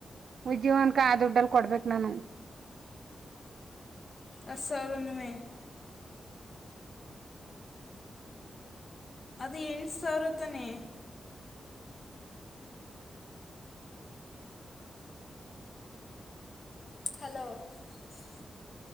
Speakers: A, on the right; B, on the left.
A: ಉಜ್ಯೀವನಕ ಆ ದುಡ್ಡಲ್ಲಿ ಕೊಡ್ಬೇಕು ನಾನು.
B: ಹತ್ತಸಾವಿರನುವೆ. ಅದ ಎಂಟು ಸಾವಿರ ತನೇ. ಹಲೋ <unintelligible>